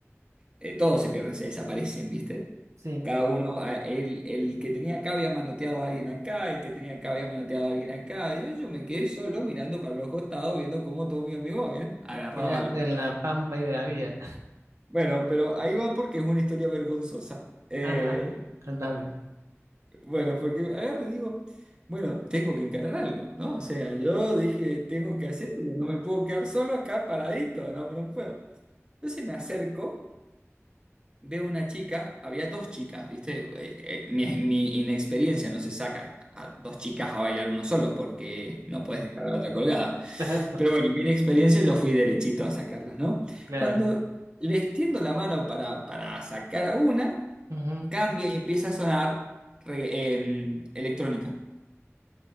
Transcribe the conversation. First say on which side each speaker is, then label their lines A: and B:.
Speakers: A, on the right (about 20°); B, on the right (about 90°).
A: Eh, todos se pierden, se desaparecen, ¿viste?
B: sí.
A: Cada uno, a- el, el que tenía acá había manoteado a alguien acá, el que tenía acá había manoteado a alguien acá. Y yo, yo me quedé solo mirando para los costados, viendo cómo todos mis amigos habían agarrado
B: Quedaste
A: algo.
B: en la pampa y de la vida.
A: Bueno, pero ahí va porque es una historia vergonzosa. Eh,
B: Ajá, contame.
A: Bueno, porque agarre, y digo, bueno, tengo que encarar algo, ¿no? O sea, yo dije, tengo que hacer algo, no me puedo quedar solo acá paradito, no, no puedo. Entonces me acerco. Veo una chica, había dos chicas, ¿viste? Eh, eh, mi, mi inexperiencia no se saca a dos chicas a bailar uno solo porque no puedes dejar a la otra colgada.
B: <laughs>
A: Pero bueno, mi inexperiencia yo fui derechito a sacarlas, ¿no?
B: Claro,
A: Cuando
B: claro.
A: les tiendo la mano para, para sacar a una,
B: ujú.
A: cambia y empieza a sonar re- em, electrónica.